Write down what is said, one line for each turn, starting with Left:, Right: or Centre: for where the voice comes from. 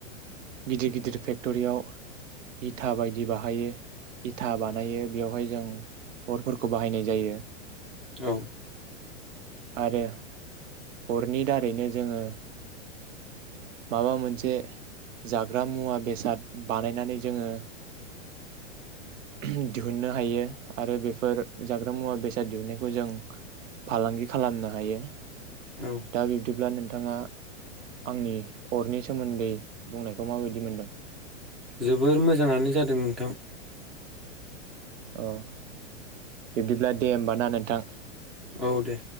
Right: गिदिर गिदिर फेक्टरियाव इथा बायदि बाहायो इथा बानायो बेयावहाय जों अरफोरखौ बाहायनाय जायो।
Centre: औ
Right: आरो अरनि दारैनो जोङो माबा मोनसे जाग्रा मुवा बेसाद बानायनानै जोङो ओह दिहुननो हायो आरो बेफोर जाग्रा मुवा बेसाद दिहुनन्नायखौ जों फालांगि खालामनो हायो
Centre: औ
Right: दा बिब्दिब्ला नों नोंथाङा आंनि अरनि सोमोन्दै बुंनायखौ माबायदि मोनदों?
Centre: जोबोर मोजाङानो जादों नोंथां।
Right: अ बिब्दिब्ला दे होमब ना नोंथां
Centre: औ दे